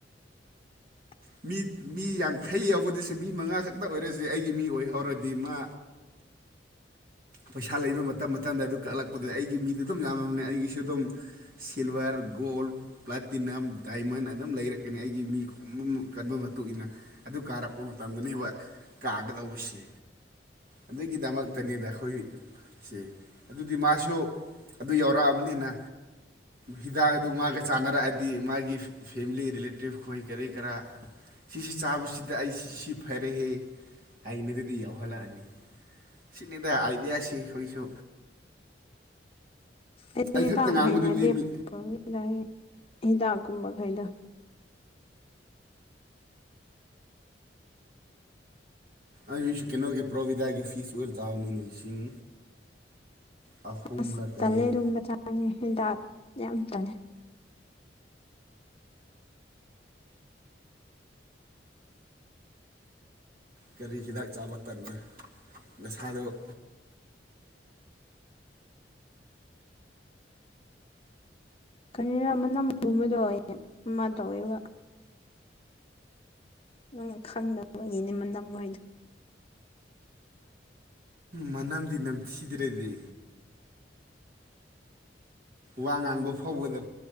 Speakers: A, on the left; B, on the right.
A: <unintelligible>
B: ꯃꯤ ꯃꯤ ꯌꯥꯡꯈꯩ ꯌꯥꯎꯕꯗꯁꯨ ꯃꯤ ꯃꯉꯥ ꯈꯛꯇ ꯑꯣꯏꯔꯁꯦ ꯑꯩꯒꯤ ꯃꯤ ꯑꯣꯏꯍꯧꯔꯗꯤ ꯃꯥ ꯄꯩꯁꯥ ꯂꯩꯕ ꯃꯇꯝ ꯃꯇꯝꯗ ꯑꯗꯨ ꯀꯛꯂꯛꯄꯗꯨꯗ ꯑꯩꯒꯤ ꯃꯤꯗ ꯑꯗꯨꯝ ꯌꯥꯝꯃꯕꯅꯦ ꯑꯩꯒꯤꯁꯨ ꯑꯗꯨꯝ ꯁꯤꯜꯚꯔ ꯒꯣꯜ ꯄ꯭ꯂꯥꯇꯤꯅꯝ ꯗꯥꯏꯃꯟ ꯑꯗꯨꯝ ꯂꯩꯔꯛꯀꯅꯤ ꯑꯩꯒꯤ ꯃꯤ ꯈꯣꯝ ꯀꯟꯕ ꯃꯇꯨꯡꯏꯟꯅ ꯑꯗꯨ ꯀꯥꯔꯛꯄ ꯃꯇꯝꯗꯅꯦꯕ ꯀꯥꯒꯗꯧꯕꯁꯤ ꯑꯗꯨꯒꯤꯗꯃꯛꯇꯅꯤꯗ ꯑꯩꯈꯣꯏ ꯁꯦ ꯑꯗꯨꯗꯤ ꯃꯥꯁꯨ ꯑꯗꯨ ꯌꯥꯎꯔꯛꯑꯕꯅꯤꯅ ꯍꯤꯗꯥꯛ ꯑꯗꯨ ꯃꯥꯒ ꯆꯥꯟꯅꯔꯛꯑꯗꯤ ꯃꯥꯒꯤ ꯐꯦꯃꯤꯂꯤ ꯔꯤꯂꯦꯇꯤꯞ ꯈꯣꯏ ꯀꯔꯤ ꯀꯔꯥ ꯁꯤꯁꯤ ꯆꯥꯕꯁꯤꯗ ꯑꯩ ꯁꯤ ꯐꯔꯦꯍꯦ ꯍꯥꯏꯅꯔꯗꯤ ꯌꯥꯎꯍꯜꯂꯛꯑꯅꯤ ꯁꯤꯅꯤꯗ ꯑꯥꯏꯗꯤꯌꯥꯁꯤ ꯈꯣꯏꯁꯨ
A: ꯑꯩꯗꯤ
B: ꯑꯩ ꯈꯛꯇ
A: ꯄꯥꯛ
B: ꯉꯥꯡꯕꯗꯨꯗꯤ
A: ꯍꯩꯅꯗꯦ
B: ꯃꯤ
A: ꯄ꯭ꯔꯣꯕꯦꯗꯒꯤ ꯍꯤꯗꯥꯛꯀꯨꯝꯕꯈꯩꯗꯣ
B: ꯑꯩꯁꯨ ꯀꯩꯅꯣꯒꯤ ꯄ꯭ꯔꯣꯕꯤꯗꯥꯒꯤ ꯐꯤꯁ ꯑꯣꯏꯜ ꯆꯥꯕꯅꯤꯅꯦ ꯂꯤꯁꯤꯡ ꯑꯍꯨꯝꯂ
A: ꯑꯁ
B: ꯀꯔꯤꯔ
A: ꯇꯜꯂꯦ ꯑꯗꯨꯝꯕ ꯆꯥꯅꯤ ꯍꯤꯗꯥꯛ ꯌꯥꯝ ꯇꯜꯂꯦ
B: ꯀꯔꯤ ꯍꯤꯗꯥꯛ ꯆꯥꯕ ꯇꯟꯕ ꯅꯁꯥꯗꯣ
A: ꯀꯔꯤꯅ ꯃꯅꯝꯒꯨꯝꯕꯗꯣ ꯑꯩ <unintelligible> ꯃꯥ ꯇꯧꯋꯦꯕ ꯅꯪ ꯈꯪꯗꯕꯒꯤꯅꯦ ꯃꯅꯝꯍꯣꯏꯗꯣ
B: ꯃꯅꯝꯗꯤ ꯅꯝꯊꯤꯗ꯭ꯔꯗꯤ ꯋꯥ ꯉꯥꯡꯕ ꯐꯥꯎꯕꯗ